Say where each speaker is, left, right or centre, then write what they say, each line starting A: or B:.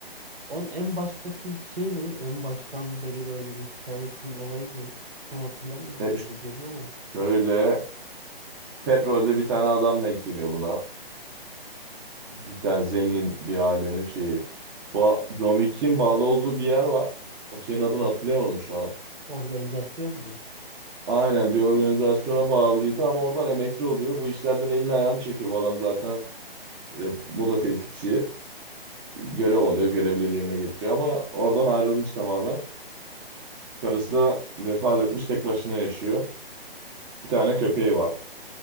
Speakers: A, on the right; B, on the right.
A: Onun en baştaki şey ne? En baştan beri böyle bir hikayesinin olayı ne? Tam hatırlamıyorum
B: E,
A: ya izledim ama.
B: şöyle petrolde bir tane adam denk geliyor buna. Bir tane zengin bir ailenin şeyi. Bu John Wick'in bağlı olduğu bir yer var. O şeyin adını hatırlayamadım şu an.
A: Organizasyon mu?
B: Aynen bir organizasyona bağlıydı ama oradan emekli oluyor. Bu işlerden elini ayağını çekiyor. Bu adam zaten e, bu da tetikçi. Görev alıyor, görevleri yerine getiriyor ama oradan ayrılmış tamamen. Karısı da vefat etmiş, tek başına yaşıyor. Bir tane köpeği var.